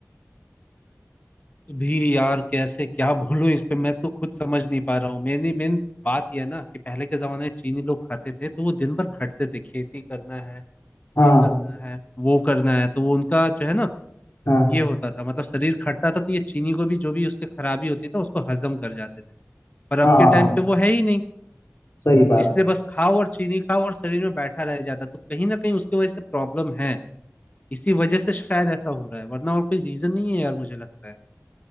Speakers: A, on the left (about 30°); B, on the left (about 70°).
A: भी यार कैसे क्या बोलूं इस पे मैं तो खुद समझ नहीं पा रहा हूँ मेरी मेन बात यह है ना कि पहले के जमाने में चीनी लोग खाते थे तो वो दिन भर खटते थे खेती करना है
B: हाँ
A: ये करना है वो करना है तो वो उनका जो है ना
B: हाँ
A: ये होता था मतलब शरीर खटता था तो ये चीनी को भी जो भी उसके खराबी होती था उसको हजम कर जाते थे पर अब
B: हाँ
A: के टाइम पे वो है ही नहीं
B: सही बात
A: इसलिए बस खाओ और चीनी खाओ और शरीर में बैठा रह जाता तो कहीं ना कहीं उसकी वजह से प्रॉब्लम है इसी वजह से शायद ऐसा हो रहा है वरना और कोई रीजन नहीं है यार मुझे लगता है